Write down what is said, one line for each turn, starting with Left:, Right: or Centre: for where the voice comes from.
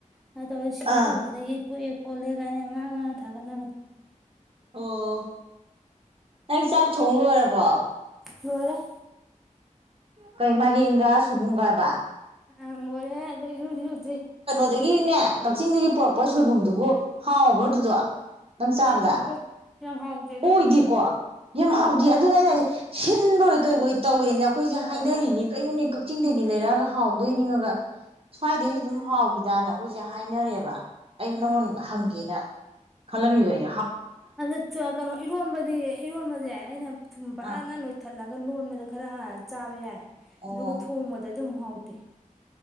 Centre: ꯍꯥ ꯇꯧ ꯁ ꯁꯤꯂꯦꯇ
Right: ꯑꯥ
Centre: ꯍꯕ ꯅꯦ ꯀꯣꯛꯑꯦ ꯈꯣꯠꯂꯦ ꯀꯥꯏꯅ ꯑꯉꯥꯡ ꯉꯥꯡ ꯊꯥꯒꯠꯅꯕꯅꯦ
Right: ꯑꯣ ꯊꯦꯡꯁ ꯊꯣꯡꯂꯣꯏꯔꯕꯣ
Centre: ꯅꯣꯏꯔꯦ
Right: ꯀꯩ ꯃꯔꯡꯒ ꯁꯨꯡꯒꯕ
Centre: ꯑ ꯃꯣꯔꯦ ꯑꯗꯨ ꯏꯔꯗꯤ ꯏꯔꯗ꯭ꯔꯤ
Right: ꯑꯗꯒꯤꯅꯦ ꯀꯛꯆꯤꯡꯗꯒꯤ ꯄꯣꯔꯛꯄ ꯁꯣꯏꯕꯨꯝꯗꯨꯕꯨ ꯍꯥꯎꯕꯗꯨꯗꯨ ꯅꯪ ꯆꯥꯕꯗ
Centre: ꯌꯥꯝ ꯍꯥꯎꯕ ꯌꯥꯝ ꯍꯥꯎꯇꯦ ꯑꯗꯣ
Right: ꯑꯣꯏꯗꯦꯀꯣ ꯌꯥꯝ ꯍꯥꯎꯗꯦ
Centre: ꯎꯝ
Right: ꯑꯗꯨꯗ ꯂꯩꯁꯦ ꯁꯤꯤꯟꯗꯣꯏ ꯀꯩ ꯑꯣꯏꯣꯏ ꯇꯧꯋꯦꯅ ꯑꯩꯈꯣꯏꯁꯦ
Centre: ꯍꯣꯏ
Right: ꯍꯥꯏꯅꯔꯤꯅꯦ
Centre: ꯍꯣꯏ ꯍꯣꯏ
Right: ꯀꯩꯅꯣꯅꯦ ꯀꯛꯆꯤꯡ ꯂꯩꯅꯤ ꯂꯩꯔꯛꯑꯒ ꯍꯥꯎꯗꯣꯏꯅꯤꯉꯒ ꯁꯥꯏꯗꯦꯕꯤ ꯑꯗꯨꯝ ꯍꯥꯎꯏꯗꯅ ꯑꯩꯈꯣꯏꯁꯦ ꯍꯥꯏꯅꯔꯦꯕ ꯑꯩꯅ
Centre: ꯎꯝ
Right: ꯅꯪꯉꯣꯟ ꯍꯪꯒꯦꯅ ꯈꯂꯃꯤꯕꯏ
Centre: ꯑꯗ ꯀꯩꯅꯣ ꯏꯔꯣꯟꯕꯗꯤ ꯏꯔꯣꯟꯕꯁꯦ ꯑꯩꯅ ꯊꯨꯝ
Right: ꯑꯥ
Centre: ꯐꯅ ꯂꯣꯏꯊꯠ ꯍꯜꯂꯒ ꯂꯣꯟꯕꯗ ꯈꯔ ꯆꯥꯕ ꯌꯥꯏ
Right: ꯑꯣ
Centre: ꯑꯗꯨꯒ ꯊꯣꯡꯃꯗ ꯑꯗꯨ ꯍꯥꯎ ꯃꯇ